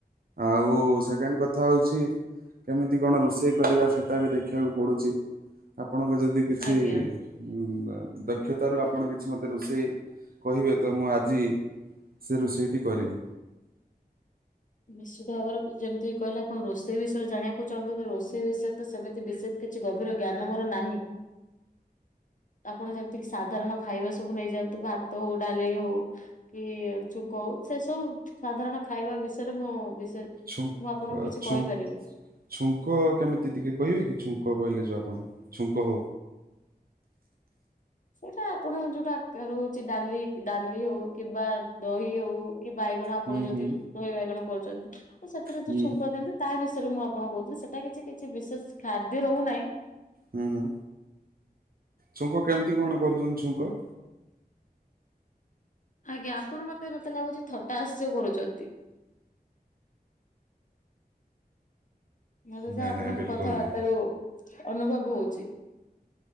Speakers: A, on the right; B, on the left.
A: ଆଉ ସେକେଣ୍ଡ୍ କଥା ହୋଉଚି କେମିତି କଣ ରୋଷେଇ କରିବା ସେଟା ବି ଦେଖିବାକୁ ପଡୁଚି ଆପଣଙ୍କ ଯଦି କିଛି
B: ଆଜ୍ଞା।
A: ହଁ ଦକ୍ଷତାରୁ ଆପଣ କିଛି ମୋତେ ରୋଷେଇ କହିବେ ତ ମୁଁ ଆଜି ସେ ରୋଷେଇଟି କରିବି।
B: ନିଶ୍ଚିତ ଭାବରେ ଯେମତି କହିଲେ ଆପଣ ରୋଷେଇ ବିଷୟରେ ଜାଣିବାକୁ ଚାହୁଁଚନ୍ତି ରୋଷେଇ ବିଷୟରେ ତ ସେମିତି ବିଶି କିଛି ଗଭୀର ଜ୍ଞାନ ମୋର ନାହିଁ। ଆପଣ ଯେମତି ସାଧାରଣ ଖାଇବା ସବୁ ନେଇଯାଆନ୍ତୁ ଭାତ ହୋଉ ଡାଲି ହୋଉ କି ଚୁଙ୍କ ହୋଉ ସେ ସବୁ ସାଧାରଣ ଖାଇବା ବିଷୟରେ ମୁଁ ବିଶେ
A: ଛୁଙ୍କ
B: ମୁଁ ଆପଣଙ୍କୁ କିଛି
A: ଛୁ-
B: କହିପାରିବି।
A: ଛୁଙ୍କ କେମିତି ଟିକେ କହିବେ କି ଛୁଙ୍କ କହିଲେ ଯୋ ଆପଣ ଛୁଙ୍କ
B: ସେଇଟା ଆପଣଙ୍କ ଯୋଉଟାକାର ରୋହୁଛି ଡାଲି ଡାଲି ହଉ କିମ୍ବା ଦହି ହୋଉ କି ବାଇଗଣ ଆପଣ
A: ହୁଁ
B: ଯୋଦି
A: ହୁଁ
B: ଦହି ବାଇଗଣ କରୁଚନ୍ତି ତ ସେଥିରେ
A: ହୁଁ
B: ଯୋଉ ଛୁଙ୍କ ଦିଅନ୍ତି ତା ବିଷୟରେ ମୁଁ ଆପଣଙ୍କୁ କହୁଥିଲି ସେଟା କିଛି କିଛି ବିଶେଷ ଖାଦ୍ୟ ରହୁନାହିଁ।
A: ହୁଁ ହୁଁ। ଛୁଙ୍କ କେମି୍ ତି କଣ କରୁଛନ୍ତି ଛୁଙ୍କ?
B: ଆଜ୍ଞା ଆପଣ ମତେ ମତେ ଲାଗୁଛି ଥଟାସ୍ ସେ କରୁଚନ୍ତି। ମତେ
A: ନାଇଁ
B: ଯାହା ଆପଣଙ୍କ
A: ନାଇଁ ବିଲକୁଲ
B: କଥାବାର୍ତ
A: ନାଇଁ
B: ରୁ ଅନୁଭବ ହୋଉଚି।